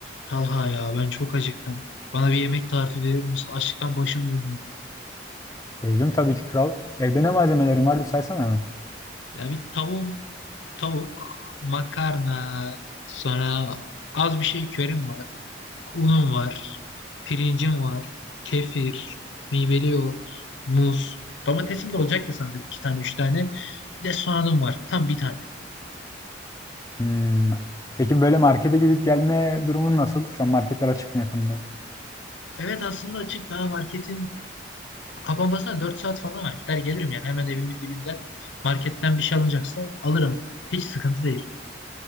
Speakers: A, on the left; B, on the left.
A: Talha ya ben çok acıktım. Bana bir yemek tarifi verir misin? Açlıktan başım dönüyor.
B: Gezdim tabii ki kral. Evde ne malzemelerin var bir saysana hemen.
A: Ya bir tavuk, tavuk, makarna, sonra az bir şey körim var. Unum var, pirincim var, kefir, meyveli yoğurt, muz. Domatesim de olacaktı sandım iki tane üç tane. Bir de soğanım var tam bir tane.
B: Hmm. Peki böyle markete gidip gelme durumun nasıl? Şu an marketler açık mı yakında?
A: Evet aslında açık daha marketin kapanmasına 4 saat falan var. Gider gelirim yani hemen evimin dibinden marketten bir şey alınacaksa alırım. Hiç sıkıntı değil.